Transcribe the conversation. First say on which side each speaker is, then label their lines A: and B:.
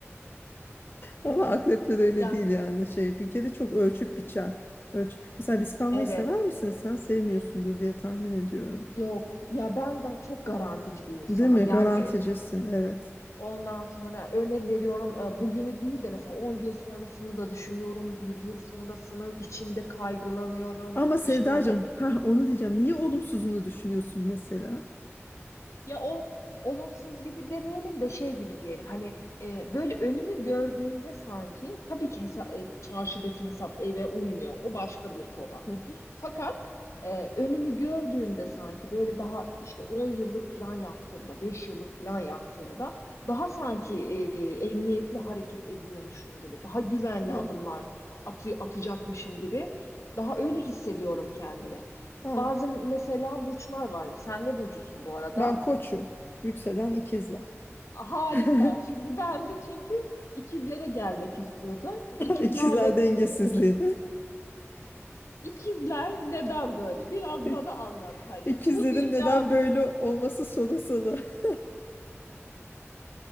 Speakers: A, on the left (about 45°); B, on the left (about 80°).
A: ama akrepler öyle
B: Ya
A: değil yani şey bir kere çok ölçüp biçer. Ölç. Mesela risk almayı
B: evet.
A: sever misin sen? Sevmiyorsundur diye tahmin ediyorum.
B: Yok. Ya ben daha çok garantici bir insanım.
A: Değil mi?
B: Yani
A: Garanticisin evet.
B: Ondan sonra örnek veriyorum e, bugünü değil de mesela 10 gün sonrasını da düşünüyorum. Bir yıl sonrasını içinde kaygılanıyorum.
A: Ama Sevdacığım,
B: İşte he-
A: ha onu diyeceğim. Niye olumsuzunu düşünüyorsun mesela?
B: Ya o olumsuz gibi demeyelim de şey gibi diyelim. Hani e, böyle önümü gördüğümde sanki tabii ki hesa- e, çarşıdaki hesap eve uymuyor. O başka bir konu.
A: Hı hı.
B: Fakat e, önümü gördüğümde sanki böyle daha işte 10 yıllık plan yaptığımda, 5 yıllık plan yaptığımda daha sanki e, emniyetli hareket ediyormuşum gibi, daha güvenli
A: Ha,
B: adımlar atı- atacakmışım gibi daha öyle hissediyorum kendimi.
A: ha.
B: Bazı mesela burçlar var. Sen ne burcusun bu arada?
A: Ben koçum. Yükselen ikizler.
B: Harika.
A: <laughs>
B: Şimdi ben de çünkü ikizlere gelmek istiyordum. İkizler
A: İkizler
B: de
A: dengesizliğini.
B: ikizler neden böyle? Biraz
A: <laughs>
B: bana anlat hani.
A: İkizlerin
B: Bu dünya
A: neden böyle olması sorunsalı. <laughs>